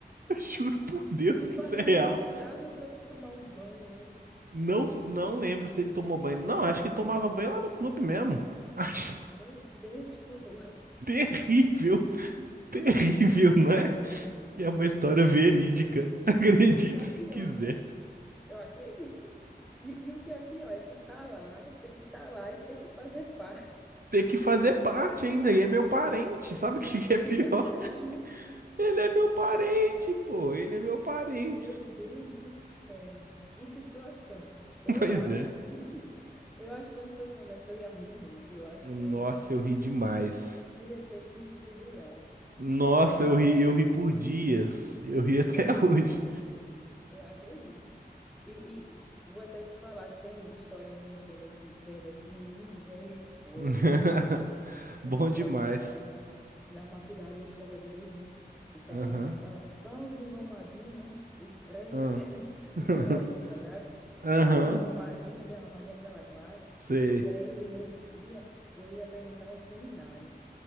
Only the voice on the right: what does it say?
Eu juro por Deus
que
isso é real.
Não, não lembro se ele tomou banho. Não, acho que tomava banho lá no clube mesmo. <laughs> Acho
terrível, terrível, não é? E é uma história verídica. <laughs> Acredite
se
quiser.
ter que fazer parte ainda, e é meu parente. Sabe o que que é pior?
<laughs>
Ele é meu parente, pô. Ele é meu parente.
<laughs>
Pois
é.
Nossa,
eu ri demais.
Nossa,
eu ri, eu ri por dias. Eu ri até
hoje.
<laughs>
Bom
demais.
Aham.
Aham.
<laughs>
Aham.
Sei.